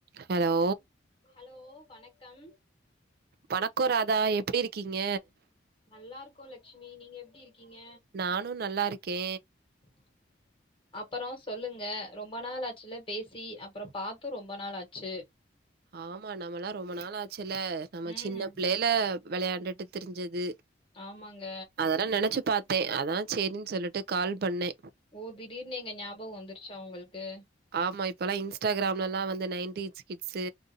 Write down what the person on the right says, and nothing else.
hello
வணக்கோ ராதா எப்டி இருக்கீங்க
நானு நல்லா இருக்கே
ஆமா நம்மல்லா ரொம்ப நாள் ஆச்சுல்ல நம்ம
சின்ன பிள்ளைல வெளயாண்டுட்டு திரிஞ்சது
அதல்லா நெனைச்சு பாத்தே அதா சேரின்னு சொல்லிட்டு கால் பண்ணே
ஆமா இப்பல்லா இன்ஸ்டாகிராம்ல எல்லா வந்து நைன்டீ கிட்ஸ்சு